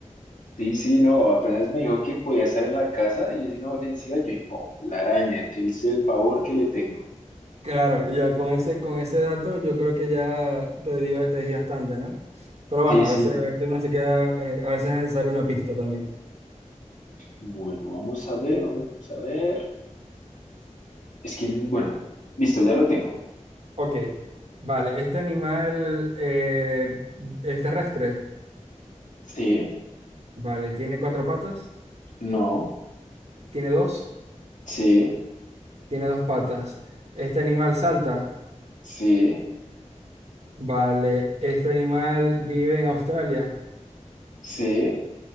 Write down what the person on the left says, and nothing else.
sí, sí, no, apenas me dijo que podía estar en la casa y es inofensiva. Yo, dije, no, la araña, que es el pavor que le tengo.
Sí, sí.
Bueno, vamos a ver, vamos a ver. Es que, bueno, listo, ya lo tengo.
Sí,
no,
sí,
sí,
sí,